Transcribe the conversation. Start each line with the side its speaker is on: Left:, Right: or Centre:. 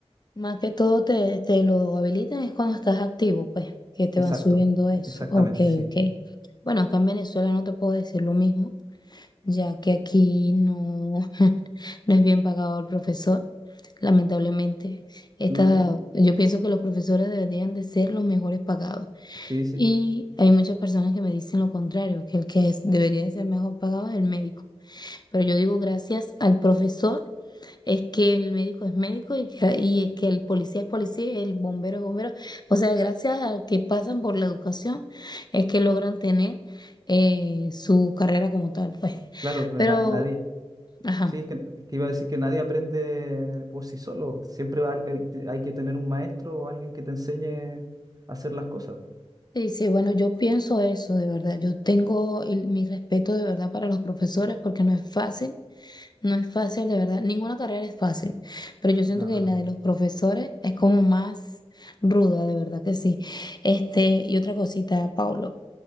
Left: Más que todo te, te lo habilitan es cuando estás activo, pues, que te
Right: Exacto,
Left: van subiendo eso.
Right: exactamente,
Left: Ok,
Right: sí.
Left: ok. Bueno, acá en Venezuela no te puedo decir lo mismo, ya que aquí no, <laughs> no es bien pagado el profesor, lamentablemente. Esta,
Right: Mm, mm,
Left: yo pienso que los profesores deberían de ser los mejores pagados.
Right: Sí, sí,
Left: Y hay muchas personas que me dicen lo contrario, que el que es- debería de ser mejor pagado es el médico. Pero yo digo gracias al profesor es que el médico es médico y que, y es que el policía es policía, el bombero es bombero. O sea, gracias a que pasan por la educación es que logran tener eh, su carrera como tal, pues.
Right: claro, pero
Left: Pero,
Right: na- nadie,
Left: ajá.
Right: sí, es que, es que iba a decir que nadie aprende por sí solo. Siempre va- el- te- hay que tener un maestro o alguien que te enseñe a hacer las cosas.
Left: Sí, sí, bueno, yo pienso eso de verdad. Yo tengo el- mi respeto de verdad para los profesores porque no es fácil. No es fácil, de verdad. Ninguna carrera es fácil, pero yo siento
Right: No,
Left: que
Right: no,
Left: la
Right: no.
Left: de los profesores es como más ruda, de verdad que sí. Este, y otra cosita, Paulo,